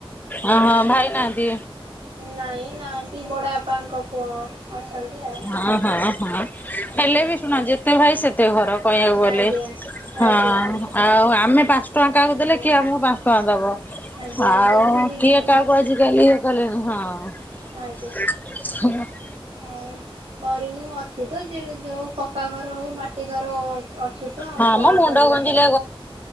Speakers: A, on the left; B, on the right.
A: ଓହୋ ଭାଇ ନାହାନ୍ତି
B: ନାଇଁ ନାନ୍ତି ବଡାଆ ପାଙ୍କ ପୁଅ। ଅଛନ୍ତି ଆଉ
A: ହଁ ହଁ ହଁ।
B: ଆଜ୍ଞା।
A: ହେଲେ ବି ଶୁଣ ଯେତେ ଭାଇ ସେତେ ଘର କହିବାକୁ ଗଲେ
B: ଆଜ୍ଞା
A: ହଁ
B: ଆଜ୍ଞା ଆଜ୍ଞା
A: ଆଉ ଆମେ ପା ଞ୍ଚ ଟଙ୍କା କାହାଆ
B: ଆଜ୍ଞା
A: କୁ ଦେଲେ କିଏ ଆମକୁ ପାଞ୍ଚ ଟଙ୍କା ଦବ।
B: ଆଜ୍ଞା
A: ଆଉ
B: ଯେମିତି ନି
A: କିଏ କାହାକୁ ଆଜିିକାଲି ଇଏ କଲେଣି ହଁ।
B: ଆ
A: ହଁ <unintelligible>
B: ଆଉ କରିନୁ ଅଛୁ ତ ଯିଏ ଯୋଉ ପକ୍କା ଘର ହଉ ମାଟି ଘର ହଉ ଆ। ଅଛୁ ତ ଆଉ
A: ହଁ
B: କଣ
A: ମୋ ମୁଣ୍ଡ
B: କରିବା
A: ଗୁଞ୍ଜିଲେ